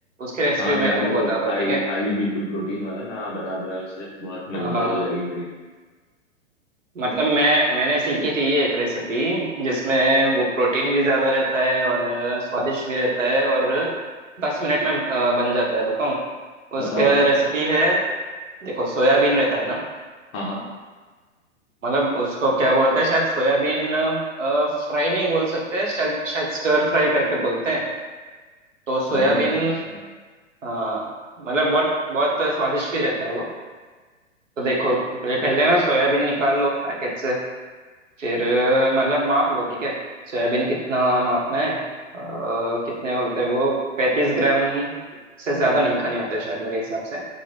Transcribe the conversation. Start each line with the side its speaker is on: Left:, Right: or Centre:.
Right: उसकी रेसिपी
Left: हाँ
Right: मैं
Left: यार
Right: तुमको
Left: वो
Right: बताता
Left: हाई
Right: हूँ ठीक है
Left: हाई बिल्कुल प्रोटीन वाला ना हाँ बता दो यार उससे बहुत मतलब
Right: हाँ
Left: मदद हो जाएगी मेरी
Right: मतलब मैं मैंने सीखी थी एक रेसिपी जिसमें वो प्रोटीन भी ज्यादा रहता है और स्वादिष्ट भी रहता है और दस मिनट में अ, बन जाता है बताऊँ
Left: बताओ
Right: उसका
Left: बताओ
Right: रेसिपी है देखो सोयाबीन रहता है ना
Left: हाँ हाँ
Right: मतलब उसको क्या बोलते हैं शायद सोयाबीन फ्राई नहीं बोल सकते शायद शायद स्टर फ्राई करके बोलते हैं तो सोयाबीन
Left: अरे अच्छा
Right: हाँ, मतलब बहुत बहुत स्वादिष्ट भी रहता है वो तो देखो पहले पहले ना सोयाबीन निकाल लो पैकेट से फिर अ, मतलब माप लो ठीक है सोयाबीन कितना मापना है अ, कितने बोलते हैं वो पैंतीस ग्राम से ज्यादा नहीं खाने होते शायद मेरे हिसाब से